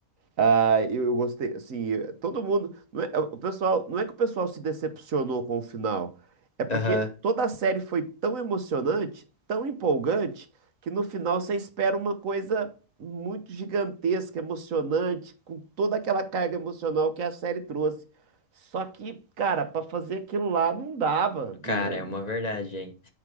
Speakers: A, on the right; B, on the left.
A: Ah, eu, eu gostei, assim, eh, todo mundo, não é, o pessoal, não é que o pessoal se decepcionou com o final, é porque
B: Aham.
A: toda a série foi tão emocionante, tão empolgante, que no final você espera uma coisa muito gigantesca, emocionante, com toda aquela carga emocional que a série trouxe. Só que, cara, pra fazer aquilo lá não dava,
B: Cara,
A: Guilherme,
B: é uma verdade, hein?